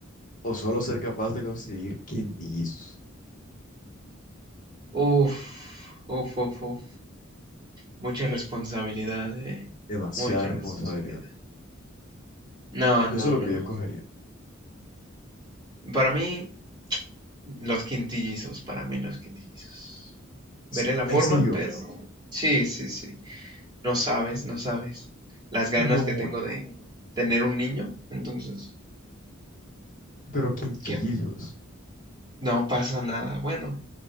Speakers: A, on the left; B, on the right.
A: o solo ser capaz de conseguir quintillizos?
B: Uf, uf, uf, uf. Mucha responsabilidad, eh.
A: Demasiada
B: Mucha
A: responsabilidad.
B: responsabilidad. No,
A: Yo
B: no,
A: sé lo
B: no.
A: que yo escogería.
B: Para mí, los quintillizos. Para mí, los quintillizos.
A: S-
B: Veré la forma,
A: En serio,
B: pero. Sí, sí, sí. No sabes, no sabes. Las ganas
A: no,
B: que tengo de tener un niño. Entonces.
A: pero quinquillos.
B: que no pasa nada. Bueno,